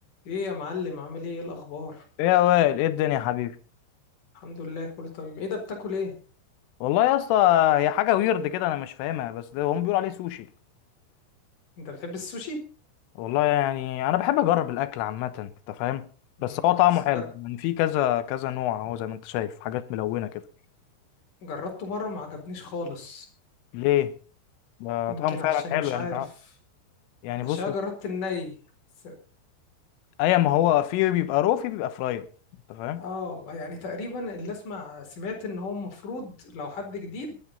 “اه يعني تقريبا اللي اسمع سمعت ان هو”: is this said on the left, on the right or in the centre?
Left